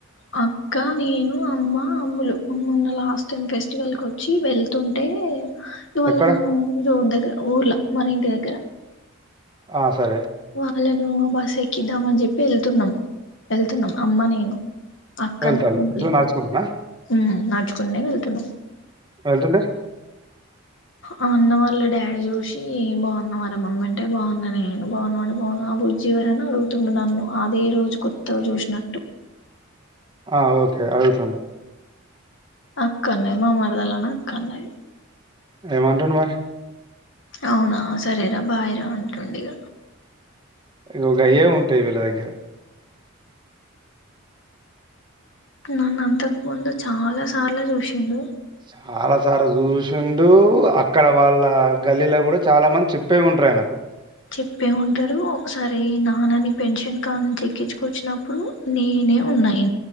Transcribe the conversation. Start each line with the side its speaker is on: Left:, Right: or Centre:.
Left: ఆ ఇంకా నేను అమ్మ అమ్ములు మొన్న లాస్ట్ టైం ఫెస్టివల్కి వచ్చి వెళ్తుంటే ఇవాళ
Right: ఎక్కడ
Left: ను రోడ్ దగ్గర ఊర్లా మనంటి దగర
Right: ఆ సరే
Left: వాళ్ళను బస్ ఎక్కిద్దామన్ చెప్పి ఎళ్తున్నాం ఎళ్తున్నాం అమ్మ నేను అక్క
Right: వెళ్తాళ్ళు
Left: <unintelligible>
Right: ఎట్లా నడుచుకుంటున్నా
Left: ఉమ్ చున్నే వెళ్తున్నాం
Right: వెళ్తుంటే
Left: ఆ అన్న వాళ్ళ డాడీ చూసి బాగున్నవార మమ్మీ అంటే బాగున్నా నేను బాగున్నా అంటే బాగున్నా ఆ బుజ్జి ఎవరని అడుగుతుండు నన్ను అదే రోజు కొత్తగ చూసినట్టు
Right: ఆ ఓకే అడుగుతండు
Left: అక్కన్నయి మా మరదలన్ అక్ అన్నాది
Right: ఏం అంటుండుమరి
Left: అవునా సరేరా బాయరా ఉంటుండ ఇగ
Right: యో గయ్యే ఉంటాయి వీళ్ళ దగ్గర
Left: నన్ను అంతకు ముందు చాలా సార్లు చూసిండు
Right: చాలా సార్లు చూషిండు అక్కడ వాళ్ళ గల్లీల కూడా చాలా మంది చెప్పే ఉంటర్ ఆయనకు
Left: చెప్పే ఉంటారు ఒకసారి నాన్నని పెన్షన్ కాడ్చి చెక్కించుకొచ్చినప్పుడు నేనే ఉన్నా ఇ